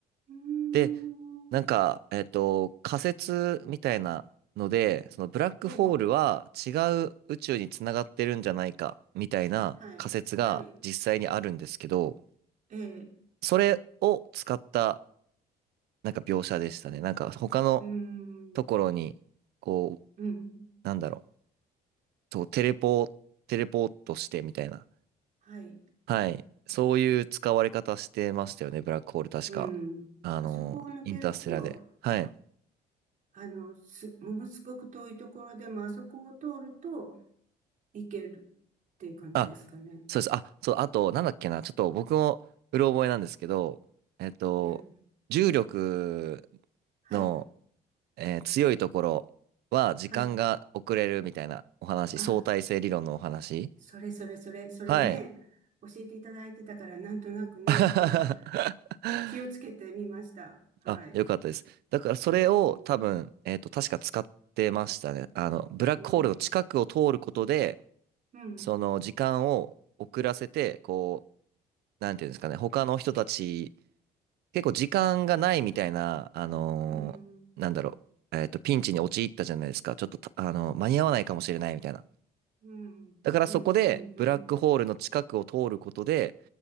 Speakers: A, on the right (about 50°); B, on the right (about 70°).
A: うーん。
B: で、なんか、えっと、仮説みたいなので、そのブラックホールは違う宇宙につながってるんじゃないかみたいな仮説が実際にあるんですけど、
A: ええ、はい。はい。ええ、
B: それを使ったなんか描写でしたね。
A: はい。
B: なんか他の
A: うーん。
B: ところに、こう、
A: うん。
B: なんだろう、そう、テレポ、テレポートしてみたいな。
A: はい。
B: はい。そういう使われ方してましたよね、ブラックホール確か。
A: うん。
B: あの、
A: あそこを抜けると、
B: インターステラで。はい。
A: あの、す、ものすごく遠いところでも、あそこを通ると行けるっていう感じですかね。
B: あそうです。あ、そう、あと、なんだっけな、ちょっと僕もうろ覚えなんですけど、えっと、
A: えー
B: 重力
A: はい、
B: の、えー強いところは時間が遅れるみたいなお話、
A: はい。あ、
B: 相対性理論のお話。
A: それそれそれ、それね、
B: はい。
A: 教えていただいてたから、なんとなくね、
B: <laughs>
A: そこは気をつけてみました。はい。
B: あ、よかったです。
A: う
B: だからそれを多分、
A: ーん、
B: えっと、確か使ってましたね。あの、ブラックホールの近くを通ることで、
A: うーん、うん、
B: その時間を遅らせて、こう、なんていうんですかね、他の人たち結構時間がないみたいな、あのーなんだろう、
A: うん、うん、
B: えっと、ピンチに陥ったじゃないですか。ちょっとた、あの、間に合わないかもしれないみたいな。
A: うん、
B: だからそこで、
A: うん、うん。
B: ブラックホールの近くを通ることで、